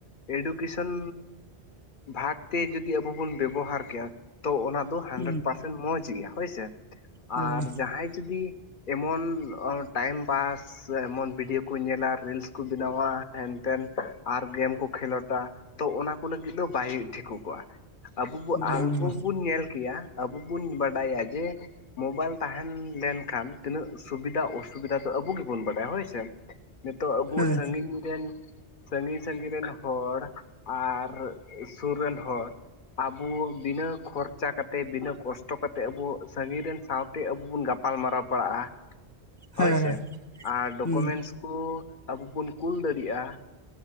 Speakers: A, on the left; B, on the left.
A: ᱮᱰᱩᱠᱮᱥᱚᱱ ᱵᱷᱟᱜᱽᱛᱮ ᱡᱩᱫᱤ ᱟᱵᱚ ᱵᱚᱱ ᱵᱮᱵᱚᱦᱟᱨ ᱠᱮᱜᱼᱟ ᱛᱚ ᱚᱱᱟ ᱦᱟᱱᱰᱨᱮᱰ
B: ᱦᱮᱸ
A: ᱯᱟᱨᱥᱮᱱ ᱢᱚᱸᱡᱽ ᱜᱮᱭᱟ ᱦᱳᱭᱥᱮ
B: ᱦᱮᱸ
A: ᱟᱨ ᱡᱟᱦᱟᱸᱭ ᱡᱩᱫᱤ ᱮᱢᱚᱱ ᱴᱟᱭᱤᱢ ᱯᱟᱥ ᱮᱢᱚᱱ ᱵᱷᱤᱰᱭᱳ ᱠᱚ ᱧᱮᱞᱟ ᱨᱤᱞᱥ ᱠᱚ ᱵᱮᱱᱟᱣᱟ ᱦᱮᱱᱛᱮᱱ ᱟᱨ ᱜᱮᱢ ᱠᱚ ᱠᱷᱮᱞᱳᱰᱟ ᱛᱚ ᱚᱱᱟ ᱠᱚ ᱞᱟᱹᱜᱤᱫ ᱫᱚ ᱵᱟᱭ ᱴᱷᱤᱠ ᱠᱚᱜᱼᱟ ᱟᱵᱚ ᱵᱚ
B: ᱦᱮᱸ ᱵᱟᱝ
A: ᱟᱞᱵᱚ
B: ᱵᱟᱝ
A: ᱵᱚᱱ ᱧᱮᱞ ᱠᱮᱭᱟ ᱟᱵᱚ ᱵᱚᱱ ᱵᱟᱰᱟᱭᱟ ᱡᱮ ᱢᱳᱵᱟᱭᱤᱞ ᱛᱟᱦᱮᱱ ᱞᱮᱱ ᱠᱷᱟᱱ ᱛᱤᱱᱟᱹᱜ ᱥᱩᱵᱤᱫᱟ ᱚᱥᱩᱵᱤᱫᱟ ᱟᱵᱚ ᱜᱮᱵᱚᱱ ᱵᱟᱲᱟᱭᱟ ᱦᱳᱭ ᱥᱮ ᱱᱤᱛᱚᱜ ᱟᱵᱚ
B: ᱦᱮᱸ
A: ᱥᱟᱺᱜᱤᱧ ᱨᱮᱱ ᱥᱟᱺᱜᱤᱧ ᱥᱟᱺᱜᱤᱧ ᱨᱮᱱ ᱦᱚᱲ ᱟᱨ ᱥᱩᱨ ᱨᱮᱱ ᱦᱚᱲ ᱟᱵᱚ ᱟᱵᱚ ᱵᱤᱱᱟᱹ ᱠᱷᱚᱨᱪᱟ ᱠᱟᱛᱮ ᱵᱤᱱᱟᱹ ᱠᱚᱥᱴᱚ ᱠᱟᱛᱮ ᱟᱵᱚ ᱥᱟᱺᱜᱤᱧ ᱨᱮᱱ ᱥᱟᱶᱛᱮ ᱟᱵᱚ ᱵᱚᱱ ᱜᱟᱼᱼ ᱜᱟᱯᱟᱞᱢᱟᱨᱟᱣ ᱯᱟᱲᱟᱜᱼᱟ
B: ᱦᱮᱸ
A: ᱦᱳᱭ ᱥᱮ
B: ᱦᱮᱸ
A: ᱟᱨ ᱰᱚᱠᱚᱢᱮᱱᱥ
B: ᱦᱩᱸ
A: ᱠᱚ ᱟᱵᱚ ᱵᱚᱱ ᱠᱩᱞ ᱫᱟᱲᱮᱭᱟᱜᱼᱟ